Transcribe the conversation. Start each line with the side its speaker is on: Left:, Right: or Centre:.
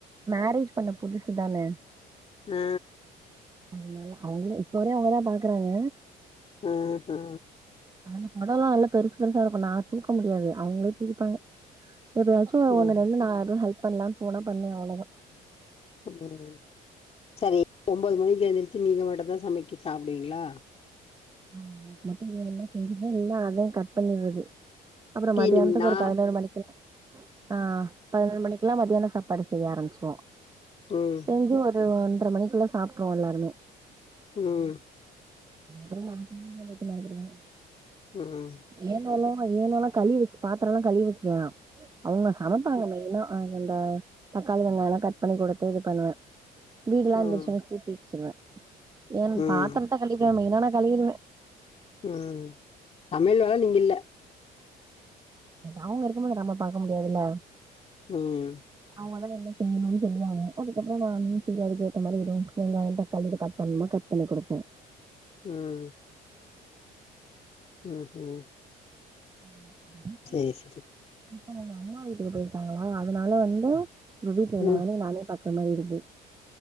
Right: மேரேஜ் பண்ண புதுசுதான
Left: அ
Right: அதனால அவ்ங்கதா இப்பவர அவ்ங்கதா பாக்குறாங்க
Left: ஓஹோ
Right: அந்த கொடலா எல்லா பெருசு பெருசா இருக்கு நா தூக்க முடியாது அவ்ங்களே தூக்கிப்பாங்க எப்பயாச்சு இப்போ
Left: ம்
Right: ஒன்னு ரென்டு நா எது ஹெல்ப் பண்லான் போன பண்ணுவே அவளதா
Left: ம் சரி ஒம்போது மணிக்கு எந்திரிச்சு நீங்க மட்டுந்தா சமச்சி சாப்டுவிங்ளா
Right: ஆமா எனக்கு மட்டு எது வேண்ணா செஞ்சுபே இல்லனா அதையு கட் பண்ணிர்றது அப்பற
Left: டீ
Right: மதியானத்துக்கு
Left: நிம்னா
Right: ஒரு பதினோரு மணிக்குலா ஆ பதினொரு மணிக்குலா மதியான சப்பாடு செய்ய ஆரம்மிச்சிருவோ
Left: ம்
Right: செஞ்சு ஒரு ஒன்ற மணிக்குள்ள சாப்ட்ருவோ எல்லாருமே
Left: ம்
Right: <unintelligible>
Left: ம்
Right: ஏனோ ஏனோல்லா கழுவி வச்சோ பாத்திரல்லா கழுவி வச்சோ அவங்க சமைப்பாங்க மெயினா அந்த தக்காளி வெங்காயல்லா கட் பண்ணி குடுத்து இது பண்ணுவ வீடுலா
Left: ம்
Right: எந்திரிச்சொனே கூட்டி வச்சுருவ என்
Left: ம்
Right: பாத்திரத்த கழிக்க மெயினா நா கழுவிருவ
Left: ம் சமையல் வேல நீங்க இல்ல
Right: அவங்க இருக்குபோது நம்ம பாக்க முடியாதுல்ல
Left: ம்
Right: அவங்கதா என்ன செய்யணுன் சொல்லுவாங்க அதுக்கப்ற நானே போய் அதுக்கு ஏத்த மாதிரி ஏதோ வெங்காய தக்காளி இதை கட் பண்ணுமா கட் சொல்லி குடுப்ப
Left: ம் ம்ஹூம்
Right: ம்ஹூம்
Left: ஜேசுது
Right: இப்ப நா எங்க அம்மா வீட்டுக்கு போயிருக்காங்களா அதனால வந்து உங்க வீட்ல எல்லா
Left: ம்
Right: வேலையு நானே பாக்குற மாரி இருக்கு